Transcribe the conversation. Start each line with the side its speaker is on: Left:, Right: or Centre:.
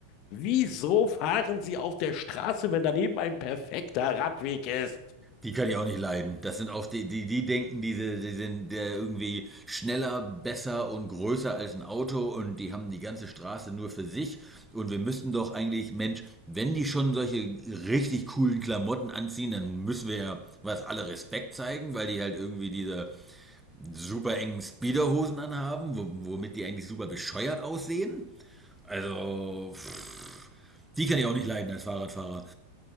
Left: Wieso fahren Sie auf der Straße, wenn daneben ein perfekter Radweg ist?
Centre: Die kann ich auch nicht leiden. Das sind auch die, die, die denken, die, die sind äh, irgendwie schneller, besser und größer als ein Auto und die haben die ganze Straße nur für sich. Und wir müssten doch eigentlich, Mensch, wenn die schon solche richtig coolen Klamotten anziehen, dann müssen wir ja was alle Respekt zeigen, weil die halt irgendwie diese super engen Speederhosen anhaben, wo- womit die eigentlich super bescheuert aussehen. Also, pff, die kann ich auch nicht leiden als Fahrradfahrer